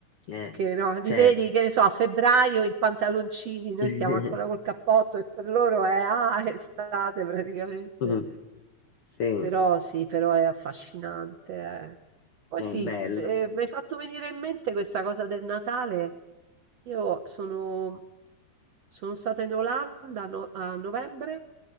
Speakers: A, on the left; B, on the right.
A: Eh,
B: Perché no, li
A: certo.
B: vedi, che ne so, a febbraio in pantaloncini, noi
A: <laughs>
B: stiamo ancora col cappotto e per loro è, ah, <laughs> è estate praticamente.
A: Mm, Sì, è
B: Però sì, però è affascinante. eh. Poi
A: bello.
B: sì, eh, mi hai fatto venire in mente questa cosa del Natale. Io sono, sono stata in Olanda no- a novembre